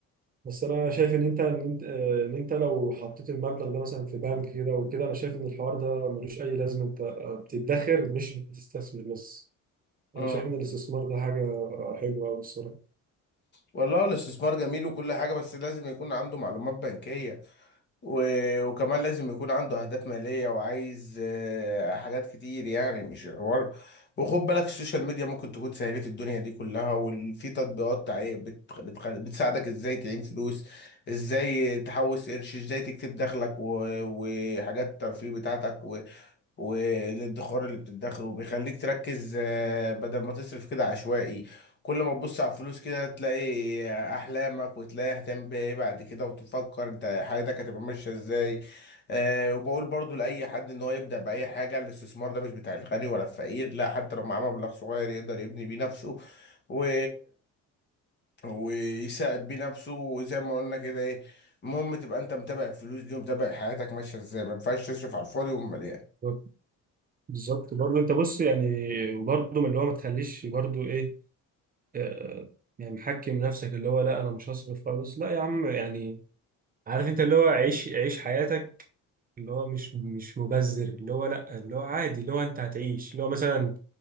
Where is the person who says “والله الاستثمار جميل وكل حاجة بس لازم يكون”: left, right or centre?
Left